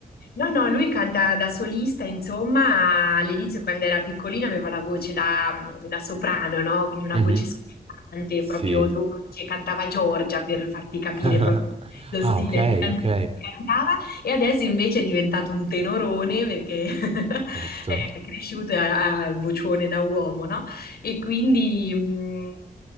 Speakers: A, on the left (about 90°); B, on the right (about 40°).
A: No, no, lui canta da solista, insomma, all'inizio quando era piccolino aveva la voce da, mm, da soprano, no? Quindi una
B: Mhm.
A: voce scottante,
B: Sì.
A: proprio dolce, cantava Giorgia per farti capire
B: <laughs>
A: proprio lo
B: Ah,
A: stile
B: ok,
A: di canzone
B: ok,
A: che cantava e adesso invece è diventato un tenorone perché <laughs>
B: certo.
A: è cresciuto a- al vocione da uomo, no? E quindi... mh,